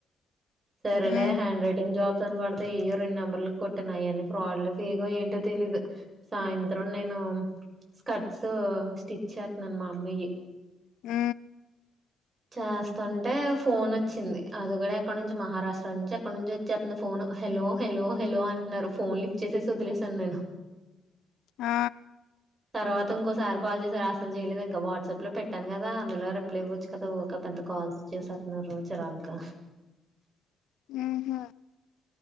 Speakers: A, on the right (about 30°); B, on the left (about 80°).
A: సరెలే
B: ఉమ్,
A: హ్యాండ్ రైటింగ్ జాబ్ కొతే ఇయ్యో రెండు నెంబర్లు కొట్టిన అయ్ అన్ని ఫ్రాడ్లు ఫేగో ఏంటో తెలీదు సాయంత్రం నేను ఆ స్కర్ట్స్ స్టిచ్ చేత్తనన్ మమ్మీ యి
B: ఉ
A: చేస్తాంటే ఫోన్ వచ్చింది. అది కూడా ఎక్కడ నుంచి మహారాష్ట్ర నుంచి ఎక్కడ నుంచి వచ్చేస్తుంది ఫోన్ హలో హలో హలో అంటున్నారు. ఫోన్ లిఫ్ చేసేసి వదిలేశాను నేను.
B: ఆ
A: తర్వాత ఇంకోసారి కాల్ చేసారు. అసలు చేయలేదు ఇంకా. వాట్సాప్ లో పెట్టాను కదా. అందులో రిప్లై ఇవ్వచ్చు కదా. ఊక పెద్ద ఎంత కాల్స్ చేసేస్తన్నారు చిరాగ్గా
B: ఆహా